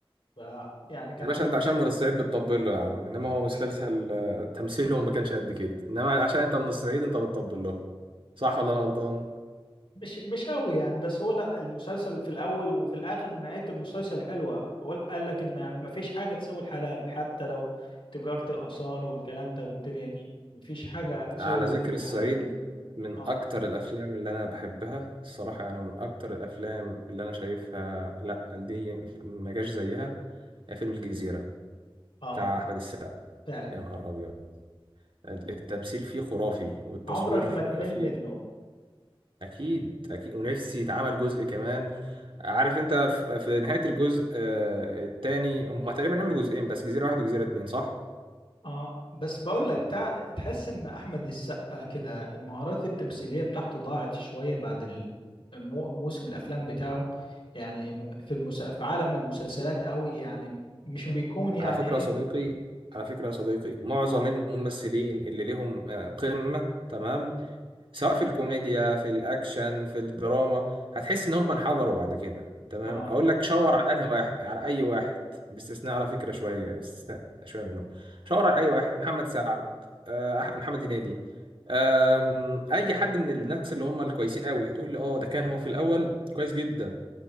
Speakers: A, on the left; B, on the right.
A: ف يعني كان
B: يا باشا
A: حلو
B: انت عشان من الصعيد بتطبل له يا عم انما هو مسلسل آه، تمثيله ما كانش قد كده انما عشان انت من الصعيد انت بتطبل له صح ولا انا غلطان
A: مش مش قوي يعني بس هو لا المسلسل في الأول وفي الآخر نهاية المسلسل حلوة هو قال لك إن مفيش حاجة تساوي الحلال حتى لو تجارة الآثار والكلام ده والدنيا دي مفيش حاجة تساوي
B: على
A: اللقمة
B: ذكر
A: الحلال
B: الصعيد من
A: اه
B: أكتر الأفلام اللي أنا بحبها الصراحة يعني من أكتر الأفلام اللي أنا شايفها لأ دي ما جاش زيها فيلم الجزيرة
A: اه
B: بتاع أحمد السقا
A: فعلا
B: يا نهار أبيض التمثيل فيه خرافي والتصوير
A: عمرك ما تمل
B: فيه
A: منه
B: أكيد أكيد ونفسي يتعمل جزء كمان عارف أنت في في نهاية الجزء آه، التاني هما تقريبا عملوا جزئين بس جزيرة واحد وجزيرة اتنين صح؟
A: اه بس بقول لك تع... تحس ان احمد السقا كده المهارات التمثيليه بتاعته ضاعت شويه بعد الم... موسم الافلام بتاعه يعني في المس... في عالم المسلسلات قوي يعني مش بيكون يعني
B: على فكرة
A: ايه
B: يا صديقي على فكرة يا صديقي معظم
A: اه
B: الممثلين اللي لهم آه، قمة تمام سواء في الكوميديا في الأكشن في الدراما هتحس إن هم انحدروا بعد كده تمام
A: اه
B: أقول لك شاور على أنهي واحد على أي واحد باستثناء على فكرة شوية باستثناء شوية منهم شاور على أي واحد محمد سعد آه، أح- محمد هنيدي آم، أي حد من الناس اللي هم الكويسين قوي هتقول لي أه ده كان هو في الأول كويس جدا